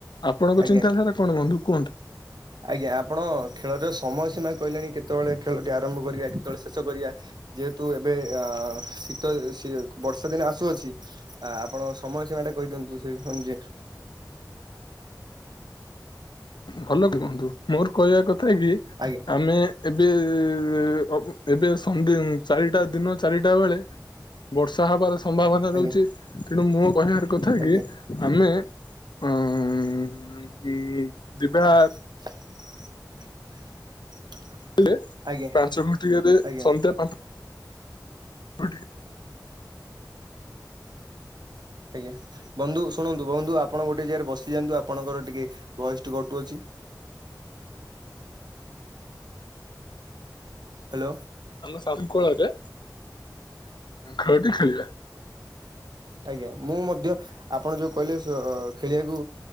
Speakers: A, on the left; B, on the right.
A: ଆପଣଙ୍କ
B: ଆଜ୍ଞା
A: ଚିନ୍ତାଧାରା କଣ ବନ୍ଧୁ କୁହନ୍ତୁ?
B: ଆଜ୍ଞା ଆପଣ ଖେଳର ସମୟ ସୀମା କହିଲେଣି କେତେବେଳେ ଖେଳଟି ଆରମ୍ଭ କରିବାକି। କେତେବେଳେ ଶେଷ କରିବା ଯେହେତୁ ଏବେ ଅ ଶୀତ ଶୀ ବର୍ଷା ଦିନ ଆସୁଅଛି। ଆ ଆପଣ ସମୟ ସୀମାଟା କହିଦିଅନ୍ତୁ ସେ ହଁ ଯେ।
A: ଭଲ କୁହନ୍ତୁ ମୋର କହିବା କଥାକି
B: ଆଜ୍ଞା
A: ଆମେ ଏବେ ଏଁ ଏଁ ଏଁ ଅ ଉୁଁ ଏବେ ସନ୍ଧ୍ୟ ଚାରିଟା ଦିନ ଚାରିଟା ବେଳେ ବର୍ଷା ହବାର ସମ୍ଭାବନା
B: ଆଜ୍ଞା
A: ରହୁଛି ତେଣୁ ମୁଁ କହିବାର କଥାକି?
B: ଆଜ୍ଞା
A: ଆମେ <unintelligible> ଯିବା।
B: <unintelligible>
A: <unintelligible>
B: ଆଜ୍ଞା
A: ପାଞ୍ଚ ଘଟିିକାରେ
B: ଆଜ୍ଞା
A: ସନ୍ଧ୍ୟା। <unintelligible> ଟିକିଏ।
B: ଆଜ୍ଞା ବନ୍ଧୁ ଶୁଣନ୍ତୁ ବନ୍ଧୁ ଆପଣ ଗୋଟିଏ ଜାଗାରେ ବସିଯାଆନ୍ତୁ ଆପଣଙ୍କର ଟିକିଏ ଭଏସ କଟୁଅଛି। ହାଲୋ।
A: ଆମ ସାଇଁ କୋଳରେ ଖେଳଟି ଖେଳିବା।
B: ଆଜ୍ଞା ମୁଁ ମଧ୍ୟ ଆପଣ ଯୋଉ କହିଲେ ସ ଖେଳିବାକୁ